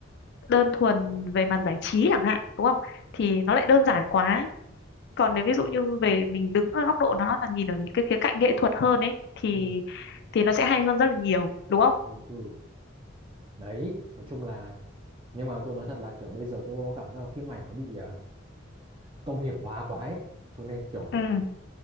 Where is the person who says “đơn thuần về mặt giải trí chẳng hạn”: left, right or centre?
Left